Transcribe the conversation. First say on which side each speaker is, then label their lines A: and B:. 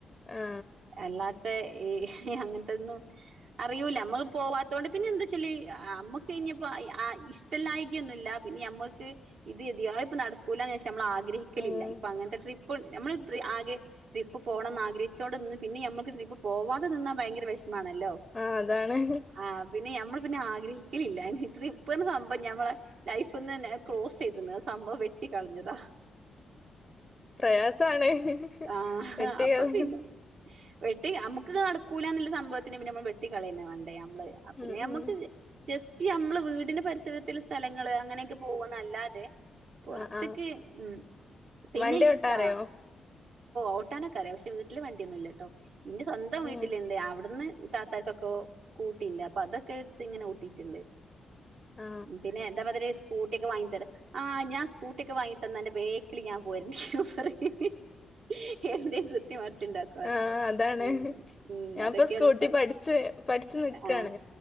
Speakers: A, on the left (about 20°); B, on the right (about 75°).
A: ആ ആ
B: എല്ലാ തെ അങ്ങനത്തൊന്നും അറിയൂല്ല നമ്മള് പോവാത്തോണ്ട് പിന്നെ എന്താച്ചാല് നമ്മക്ക് ക്ക് കഴിഞ്ഞപ്പം ആയി ഇഷ്ടല്ലായികൊന്നുല്ല പിന്നെ നമ്മക്ക് ഇത് <unintelligible> നടക്കൂല നമ്മള് ആഗ്രഹിക്കലില്ല
A: ഉം
B: ഇപ്പ അങ്ങനത്തെ ഇപ്പം നമ്മള് ആകെ ട്രിപ്പ് പോണമന്ന് ആഗ്രഹിച്ചോണ്ട് നിന്ന് പിന്നെ നമ്മക്ക് ട്രിപ്പ് പോവാതെ നിന്നാ ഭയങ്കര വെഷമ മാണല്ലോ
A: ആ അതാണ്
B: ആ പിന്നെ നമ്മള് പിന്നെ ആഗ്രഹി ഇല്ലില്ലാ ഇനി ഇപ്പെ ഒരു സംഭവം ഞാൻ പറയാം ലൈഫ് ഇപ്പം തന്നെ ക്രോസ് ചെയ്തന്ന് സംഭവം വെട്ടി കളഞ്ഞതാ
A: പ്രയാസവാണ്
B: ആഹ്
A: വെട്ടി
B: അപ്പൊ
A: കളഞ്ഞ്
B: പിന്നെ വെട്ടി നമുക്ക് നടക്കൂലന്നുള്ള സംഭവത്തിന് പിന്നെ നമ്മള് വെട്ടി കളയ ന്നേ വാണ്ടേ പിന്നെ
A: ഉം
B: നമുക്ക്
A: ഉം
B: ജസ്റ്റ് നമ്മള് വീടിന്റെ പരിസരത്തില സ്ഥലങ്ങള് അങ്ങനെയൊക്കെ പോവന്നല്ലാതെ പുറത്തക്ക്
A: ആ ആ
B: ഉം പിന്നെ
A: വണ്ടി
B: ഇഷ്ടാ
A: ഓട്ടാറിയോ
B: ഓട്ടാനൊക്കെ അറിയ പക്ഷേ വീട്ടില് വണ്ടിയൊന്നും ഇല്ലട്ടോ ഇന്റെ സ്വന്തം വീട്ടിലുണ്ട്
A: ഉം
B: അവിടുന്ന് താത്തർക്കൊക്കെ സ്കൂട്ടിണ്ട് അപ്പൊ അതൊക്കെ എടുത്ത് ഇങ്ങനെ ട്ടീ ട്ടുണ്ട്
A: ആ
B: പിന്നെ <unintelligible> സ്കൂട്ടിക്കെ വാങ്ങി തരാ ആഹ ഞാൻ സ്‌കൂട്ടിക്കെ വാങ്ങി തന്നന്റെ ബേക്കിൽ ഞാൻ പോരേണ്ടിരും <inaudible> <unintelligible> പറയും
A: ആ അതാണ്
B: ഉം ഉം
A: ഞാനിപ്പ
B: അതൊക്കെയാണ്
A: സ്കൂട്ടി
B: ഇപ്പ
A: പഠിച്ചു പഠിച്ചു നിക്കാണ്
B: ആഹ്